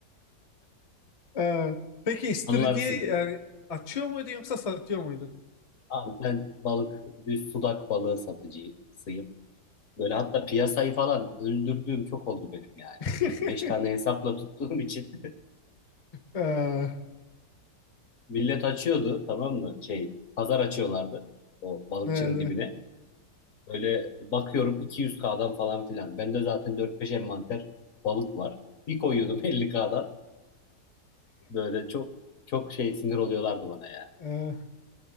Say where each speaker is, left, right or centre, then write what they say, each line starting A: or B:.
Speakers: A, on the left; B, on the left.
A: Ee, peki istiridye
B: Anlarsın.
A: yani açıyor muydun yoksa satıyor muydun?
B: Abi ben balık, düz sudak balığı satıcısıyım. Böyle hatta piyasayı falan öldürdüğüm çok oldu benim yani.
A: <laughs>
B: Hani 5 tane hesapla tuttuğum için
A: Ee,
B: <laughs> millet açıyordu tamam mı? Şey, pazar açıyorlardı o balıkçının
A: nerede?
B: dibine. Böyle bakıyorum 200K'dan falan filan. Bende zaten 4-5 envanter balık var. Bir koyuyordum <laughs> elli kdan Böyle çok çok şey sinir oluyorlardı bana ya.
A: Ee,